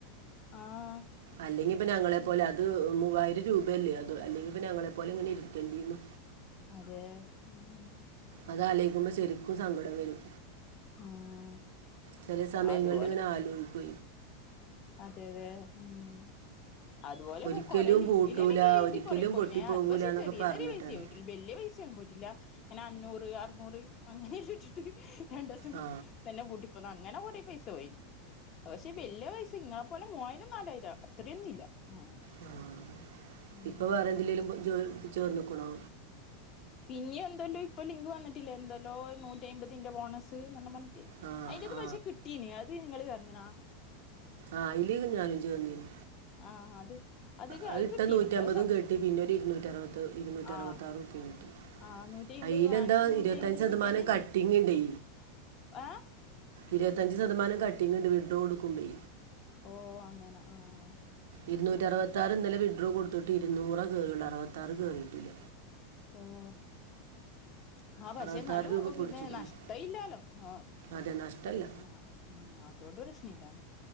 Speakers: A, on the left; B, on the right.
A: ആ ആഹ്
B: അല്ലെങ്കി ഇപ്പൊ ഞങ്ങളെപ്പോലെ അത് മൂവായിരം രൂപയല്ലേ അത് അല്ലെങ്കി ഇപ്പൊ ഞങ്ങളെപ്പോലെ ഇങ്ങനെ ഇരിക്കണ്ടിർന്നു.
A: അതെ ഉം
B: അത് ആലോയിക്കുമ്പ ശരിക്കും സങ്കടം വരും.
A: ഉം
B: ചെല സമയങ്ങളിൽ
A: അതുപോലെ
B: ഇങ്ങനെ ആലോഴിക്കൊ
A: അതെ അതെ ഉം. അതുപോലെ
B: ഒരിക്കലും
A: കൊറേ ലിങ്കിലെല്ലാം
B: പൂട്ടൂല
A: കേറീട്ട്
B: ഒരിക്കലും
A: കൊറെ പൊളിഞ്ഞേ
B: പൊട്ടിപ്പോകൂല
A: അത് പക്ഷെ
B: എന്നൊക്കെ
A: ചെറിയ
B: പറഞ്ഞിട്ടാണ്
A: ചെറിയ പൈസയിട്ട്. വല്യ പൈസ ഒന്നും പോയിട്ടില്ല ഇങ്ങനെ അഞ്ഞൂറ് അറുനൂറ് അങ്ങനെയല്ലാം ഇട്ടിട്ട്. രണ്ടോസം
B: ആ
A: തന്നെ പൂട്ടി പോന്ന അങ്ങനെ കുറെ പൈസ പോയിനി പക്ഷെ വല്യ വയസ്സ് ഇങ്ങെളെ പോലെ മൂവായിരം നാലായിരം അത്രയൊന്നും ഇല്ല. ആഹ്
B: ആഹ്
A: ഉം
B: ഇപ്പൊ വേറെ എന്തെലേലും
A: ഉം
B: പോയി ജോയിൻ ചേർന്നക്കണോ.
A: പിന്നെ എന്തല്ലോ ഇപ്പൊ ലിങ്ക് വന്നിട്ടില്ല എന്തല്ലോ നൂറ്റിയ്മ്പതിന്റെ ബോണസ് നല്ലപർഞ് റ്റ്
B: ആ
A: അയിന്റെത്
B: ആ
A: പക്ഷെ കിട്ടീനി അത് നിങ്ങള് ചേർന്ന്ണോ
B: ആഹ് അയ്ലീ ഞാനും ഇജ് വന്നീനി
A: ആഹ് അത്
B: അത് ഇട്ട
A: കിട്ടീന്
B: നൂറ്റി അമ്പതും
A: അത് സക്സസ്
B: കിട്ടി പിന്നെ ഒരു ഇരുന്നൂറ്ററുപത് ഇരുന്നൂറ്ററുപത്താറുപ്യാ
A: ആഹ്
B: കിട്ടി.
A: ആഹ് നൂറ്റി അമ്പത്
B: അയ്ല് എന്താ
A: അനക്ക് നൂറ്റി
B: ഇരുപത്തഞ്ച്
A: അമ്പത്
B: ശതമാനം
A: കിട്ടീന്
B: കട്ടിങ്ണ്ടേനി
A: നൂറ്റി ഏഹ്
B: ഇരുപത്തഞ്ച് ശതമാനം കട്ടിങ്ണ്ട് വിഡ്രോ കൊടുക്കുമ്പെ
A: ഓഹ് അങ്ങനെ ആഹ്
B: ഇരുന്നൂറ്റി അറുവത്താറ് ഇന്നലെ വിഡ്രോ കൊടുത്തിട്ട് ഇരുന്നൂറ കേറിള്ളൂ അറുപത്താറ് കേറിയിട്ടില്ല.
A: ഓ ആഹ് പക്ഷെ
B: അറുപത്താറ്
A: ഇന്നാലും
B: രൂപ പിടിച്ചിരിക്കുന്നു
A: പിന്നെ നഷ്ട ഇല്ലാലോ ആ
B: അതെ നഷ്ടമല്ല
A: ആഹ് ആഹ് അതോണ്ട് പ്രശ്ന ഇല്ലാലോ